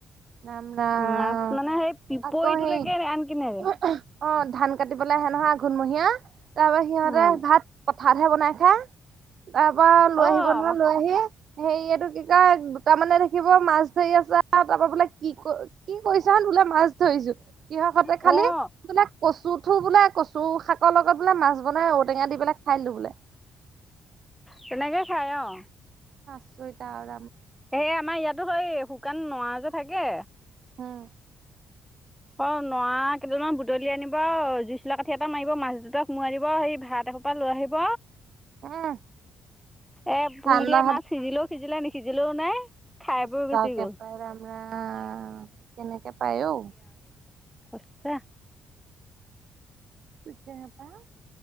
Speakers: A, on the right; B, in the centre.
A: <unintelligible>
B: মাছ মানে সেই পিপৰিটোলৈকে
A: আকৌ সেই
B: আনকি নেৰে।
A: <unintelligible> অ ধান কাটিবলৈ আহে নহয় আঘোণমহীয়া তাৰ পৰা সিহঁতে
B: উম।
A: ভাত ভাতহে বনাই খায় তাৰ পৰা
B: অ',
A: লৈ আহিব নহয় লৈ আহি হেৰি এটো কি কয় দুতামানে থাকিব মাছ ধৰি আছো তাৰপৰা বোলে কি কৰিছ তহঁত বোলে মাছ ধৰিছো কিহৰ সতে
B: অ',
A: খালি বোলে কচুঠো বোলে কচু শাক শাকৰ লগত বোলে মাছ বনাই ঔ টেঙা দি পেলাই খাই দিলো বোলে
B: তেনেকে খাই অ
A: আচৰিত আও
B: এ আমাৰ ইয়াতো সেই শুকান নৰা যে থাকে
A: উম
B: অ নৰা কেইডালমান বুটলি আনিব জুই চোলা কাঠি এটা মাৰিব মাছ দুটা সোমোৱাই দিব সেই ভাত ভাত সোপা লৈ আহিব
A: এ
B: এ পুৰিলে
A: ঠাণ্ডা
B: মাছ সিজিলেও সিজিলে নি সিজিলেও নাই খাই
A: সসালকে
B: বৈ গুচি গ'ল,
A: পায় আম <unintelligible> কেনেকে পায় অও
B: সছা
A: সিকোপা <unintelligible>